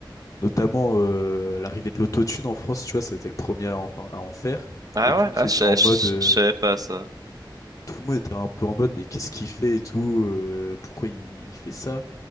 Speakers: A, on the left (about 40°); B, on the right (about 45°).
A: notamment euh, à l'arrivée de l'autotune en France, tu vois, c'était le premier à en, à en faire.
B: Ah
A: Et tout
B: ouais,
A: le monde
B: ah, je
A: était
B: sais-
A: en
B: je-
A: mode. euh,
B: je savais pas ça.
A: tout le monde était un peu en mode, mais qu'est-ce qu'il fait et tout euh, Pourquoi il, il fait ça?